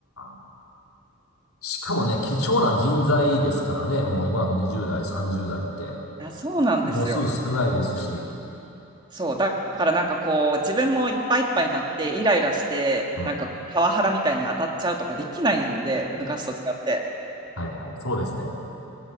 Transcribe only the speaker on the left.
ーしかもね、貴重な人材ですからね、もう今の20代、30代って、
母数少ないですし、
うん、はい、はい、そうですね。